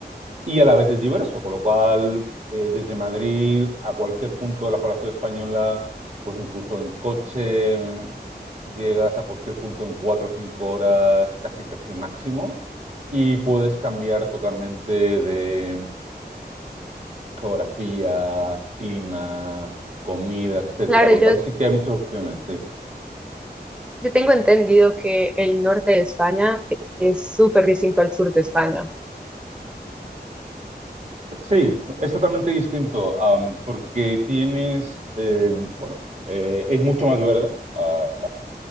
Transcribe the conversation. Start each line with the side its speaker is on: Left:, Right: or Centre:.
Right: y a la vez es diverso, con lo cual eh, desde Madrid a cualquier punto de la geografía española, pues incluso en coche mm, llegas a cualquier punto en cuatro o cinco horas, casi casi máximo, y puedes cambiar totalmente de geografía, clima, comida, etcétera.
Centre: Claro,
Right: Con
Centre: yo,
Right: lo cual sí que hay muchas opciones, sí.
Centre: yo tengo entendido que el norte de España es súper distinto al sur de España.
Right: Sí, es totalmente distinto, am, porque tienes, eh, bueno, eh, es mucho más verde. ah,